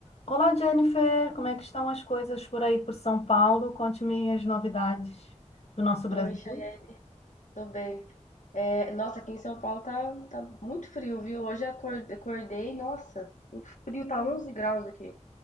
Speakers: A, on the left; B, on the left.
A: Olá, Jennifer, como é que estão as coisas por aí por São Paulo? Conte-me as novidades do nosso Brasil.
B: Oi, Chayette, tô bem. É, nossa, aqui em São Paulo tá, tá muito frio, viu? Hoje acor- acordei, nossa, o frio tá 11 graus aqui.